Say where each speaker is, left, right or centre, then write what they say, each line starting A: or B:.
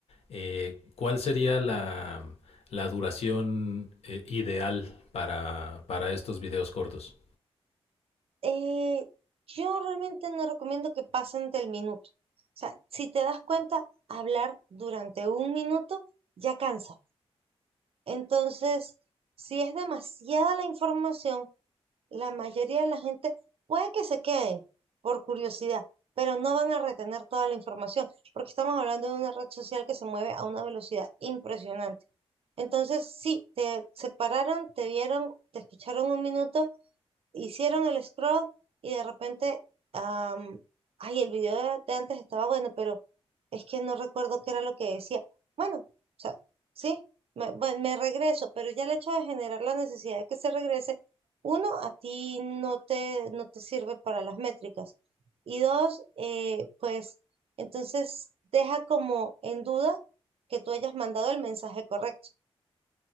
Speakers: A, on the left; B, on the right.
A: eh, ¿cuál sería la, la duración eh, ideal para, para estos videos cortos?
B: Eh, yo realmente no recomiendo que pasen del minuto. O sea, si te das cuenta, hablar durante un minuto ya cansa. Entonces, si es demasiada la información, la mayoría de la gente puede que se queden por curiosidad, pero no van a retener toda la información, porque estamos hablando de una red social que se mueve a una velocidad impresionante. Entonces, sí, te separaron, te vieron, te escucharon un minuto hicieron el scroll y de repente, am, ay, el video de de antes estaba bueno, pero es que no recuerdo qué era lo que decía. Bueno, o sea, sí, me, bueno, me regreso, pero ya el hecho de generar la necesidad de que se regrese, uno, a ti no te, no te sirve para las métricas. Y dos, eh, pues entonces deja como en duda que tú hayas mandado el mensaje correcto.